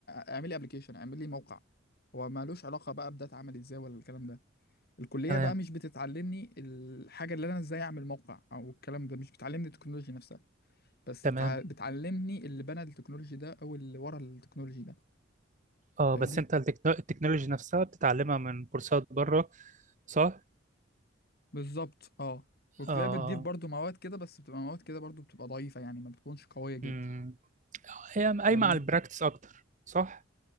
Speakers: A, on the left; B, on the right.
A: اعمل لي ابلكيشن اعمل لي موقع هو مالوش علاقه بقى بده اتعمل ازاي ولا الكلام ده الكليه
B: تمام
A: بقى مش بتتعلمني الحاجه اللي انا ازاي اعمل موقع او الكلام ده مش بتعلمني التكنولوجي نفسها بس تع-
B: تمام
A: بتعلمني اللي بنى التكنولوجي ده او اللي ورا التكنولوجي ده
B: اه
A: فاهمني
B: بس انت التكنو- التكنولوجي نفسها بتتعلمها من كورسات بره صح؟
A: بالظبط اه والكلية
B: اه
A: بتضيف برضو مواد كده بس بتبقى مواد كده برضو بتبقى ضعيفة يعني ما بتكونش قوية جدا
B: امم هي
A: فاهمني
B: قايمة على البراكتس اكتر صح؟